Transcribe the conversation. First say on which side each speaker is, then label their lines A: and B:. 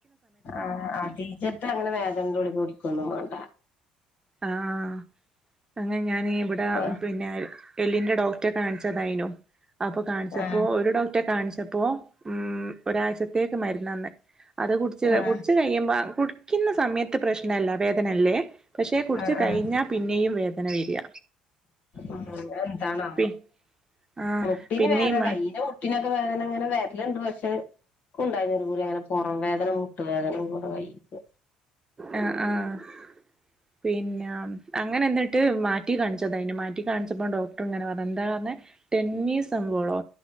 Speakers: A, on the left; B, on the right.
A: ആഹ് ആ ടീച്ചർട്ടങ്ങനെ വേദനന്റെ ഗുളിക കൊന്നും മാണ്ട
B: ആഹ് അങ്ങനെ ഞാൻ ഇവിടെ
A: ആഹ്
B: പിന്നെ എല്ലിന്റെ ഡോക്ടറെ കാണിച്ചതായിനു അപ്പൊ കാണിച്ചപ്പോ
A: ആഹ്
B: ഒരു ഡോക്ടറെ കാണിച്ച് ഇപ്പോ ഉം ഒരാഴ്ചത്തേക്ക് മരുന്ന് തന്നേ അത് കുടിച്ച്
A: ആഹ്
B: കുടിച്ച് കഴിയുമ്പ കുടിക്കുന്ന സമയത്ത് പ്രശ്നല്ല വേദനല്ലേ പക്ഷെ കുടിച്ച്
A: ആഹ്
B: കഴിഞ്ഞാൽ
A: ആഹ്
B: പിന്നെയും വേദ ദന വെരിയ
A: ഉം എന്താണാ
B: പി ആഹ്
A: മുട്ടിന്
B: പിന്നെയും
A: വേദന
B: മാ
A: കയ്യിന് മുട്ടിനൊക്കെ വേദന അങ്ങനെ വെരലുണ്ട് പക്ഷെ നിക്കും ഉണ്ടായിര്ന്നു ഒരുപൂല അങ്ങനെ പുറം വേദന മുട്ടുവേദന കൂടെ വൈക്ക്
B: ആഹ് ആഹ് പിന്നെ അങ്ങനെ എന്നിട്ട് മാറ്റി കാണിച്ചത അയിന് മാറ്റി കാണിച്ചപ്പോ ഡോക്ടർ ഇങ്ങനെ പറഞ്ഞ എന്താ പറഞ്ഞേ ടെന്നീസ് അംഗോളോ